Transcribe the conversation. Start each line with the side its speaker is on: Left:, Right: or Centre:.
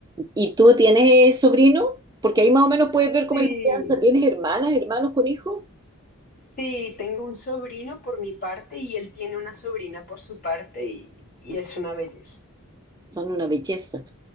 Right: ¿Y tú tienes eh, sobrino? Porque ahí más o menos puedes
Left: Sí,
Right: ver cómo es la crianza. ¿Tienes hermanas, hermanos con hijos?
Left: sí, tengo un sobrino por mi parte y él tiene una sobrina por su parte y, y es una belleza.
Right: Son una belleza.